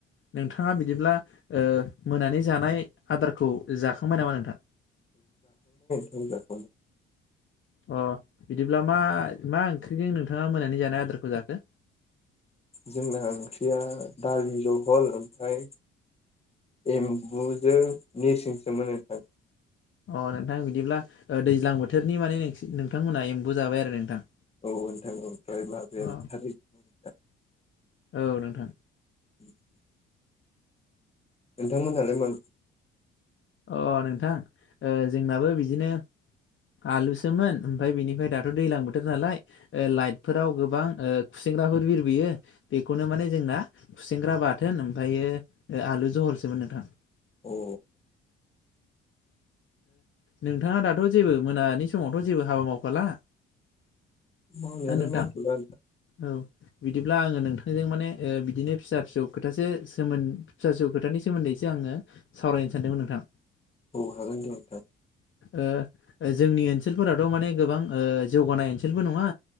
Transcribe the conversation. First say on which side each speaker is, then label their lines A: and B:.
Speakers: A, on the left; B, on the left.
A: नोंथाङा बिदिब्ला मोनानि जानाय आदारखौ जाखांबाय नामा नोंथां?
B: दे बुं
A: अ बिदिब्ला मा मा ओंख्रिजों नोंथाङा मोनानि जानाय आदारखौ जाखो
B: जोंना ओंख्रिया दालि जहल ओमफ्राय एम्बुजों नोरसिंसोमोनो थों
A: अ नोंथां बिदिब्ला दैज्लां बोथोरनि माने नोंथांमोनहा एम्बु जाबाय आरो नोंथां
B: औ नोंथां औमफ्राय <unintelligible>
A: अ औ नोंथां
B: <inaudible> नोंथांमोनहालाय माम
A: अ नोंथां ओ जोंनाबो बिदिनो आलुसोमोन ओमफफ्राय बेनिफ्राय दाथ' दैजलां बोथोर नालाय लाइटफोराव गोबां ओ खुसेंग्राफोर बिरबोयो बेखौनो माने जोंना खुसेंग्रा बाथोन ओमफ्रायो ओमफायो ओ आ जहलसोबो नोंथां।
B: अ अ
A: नोंथाङा दाथ' जेबो मोनानि समावथ' जेबो हाबा मावखाला।
B: मावनायालाय
A: ओ नोंथां
B: मावथ'ला
A: औ बिदिब्ला आङो नोंथांजों माने बिदिनो फिसा फिसौ खोथासो सोमोन फिसा फिसौ खोथानि सोमोनदैसो आं आङो सावरायनो सानदोंमोन नोंथां
B: औ हागोन दे नोंथां
A: ओ ओ जोंनि ओनसोलफोराथ माने गोबां जौगानाय ओनसोलबो नङा